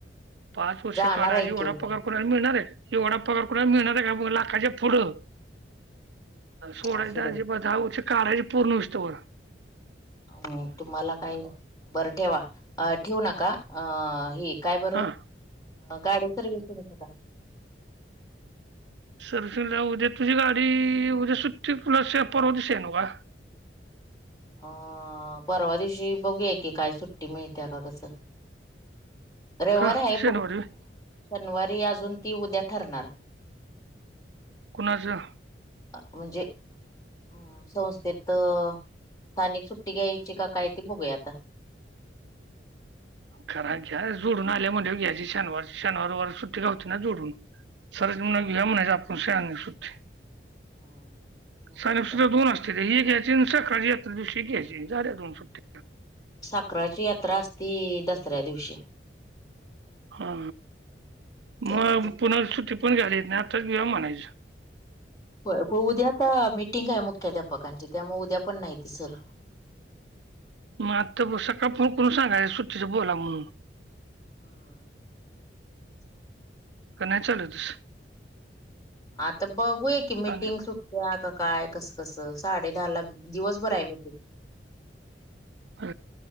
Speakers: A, on the right (about 75°); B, on the left (about 20°).
A: पांच वर्षे
B: जाणार
A: काढायचं
B: आहे
A: एवढां
B: की उद्या.
A: पगांर. लां मिळणारं आहे एवढां पगांर कोणांला मिळणारं आहे कां मंग लाखांचे फुडं. सोडांचीजे
B: असू दे
A: बघां दहा वर्ष काढांचे पूर्ण विस्तंवर.
B: हम्मं तुम्हांला कांहीं बरं ठेवा. अं ठेऊ नकां अं हे... कायं बरं
A: हा
B: गांडी सर्विसिंगला टांक.
A: सर्व्हसिंगला उद्या तुझी गाडी उद्या सुट्टी तुला शे परवा दिवशी आहे नव्ह?
B: अ परवा दिवशी बघूया की काय सुट्टी मिळत्या काय कसं? रविवार
A: का
B: आहे.
A: शनिवारी
B: पुढ शनिवारी अजून ती उद्या ठरणार.
A: कुणाचं
B: अ म्हणजे हम् संस्थेत स्थानिक सुट्टी घ्यायची का काय ते बघूया आता. हम्म.
A: खरा घ्या जोडून आल्या म्हणल्यावर घ्याची शनिवारची शनवारी रविवार सुट्टी गावते ना जोडून. सर म्ह
B: हम्म
A: घ म्हणायच आपण सहा सुद्
B: हम्म बघूया
A: सहा सु दोन असत. ती काय एक घ्यायची सरकारी दिअशी एक झाल्या दोन सुट्ट्या.
B: साखराची यात्रा असती दसऱ्या दिवशी.
A: हा
B: त्यामुळे
A: मग
B: ते
A: पुन्हा सुट्टी पण घ्याल चेत नाही आताच घिवा म्हणायचं.
B: होय. उद्या आता मीटिंग आहे मुख्याध्यापकांची त्यामुळे उद्या पण नाही ती सर.
A: मग आता सकाळ फोन करून सांगायच सुट्टीचं बोला म्हणून.
B: <inaudible>
A: का नाही चालत तसं
B: आता बघूय की मिटिंग
A: आणि
B: सुट त्या का काय कसं -कसं साडे दहा ला दिवसभर आहे मीटिंग.
A: ह